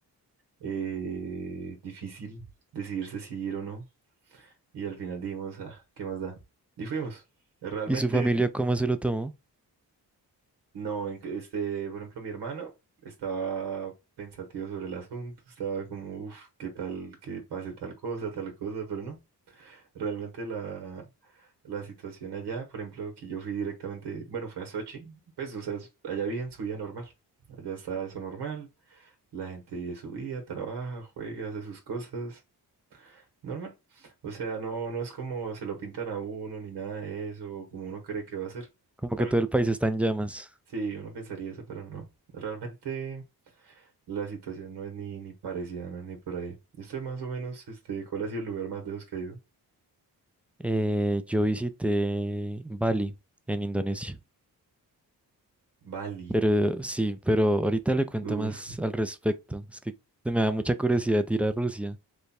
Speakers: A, on the right; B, in the centre.
A: eh, difícil decidirse si sí ir o no. Y al final dijimos, ah, ¿qué más da? Y fuimos. Realmente,
B: ¿Y su familia cómo se lo tomó?
A: no, en- este, por ejemplo, mi hermano estaba pensativo sobre el asunto, estaba como, uff, ¿qué tal que pase tal cosa, tal cosa? Pero no. Realmente la, la situación allá, por ejemplo, que yo fui directamente, bueno, fue a Sochi, pues, o sea, es- allá viven su vida normal, allá está eso normal, la gente vive su vida, trabaja, juega, hace sus cosas, normal. O sea, no, no es como se lo pintan a uno ni nada de eso, o como uno cree que va a ser.
B: Como
A: Tal
B: que todo
A: vez,
B: el país está en llamas.
A: sí, uno pensaría eso, pero no. Realmente la situación no es ni, ni parecida, no es ni por ahí. Y usted más o menos, este, ¿cuál ha sido el lugar más lejos que ha ido?
B: Eh, yo visité Bali en Indonesia.
A: Bali.
B: Pero sí, pero ahorita le cuento
A: Uf,
B: más al respecto. Es que me da mucha curiosidad ir a Rusia.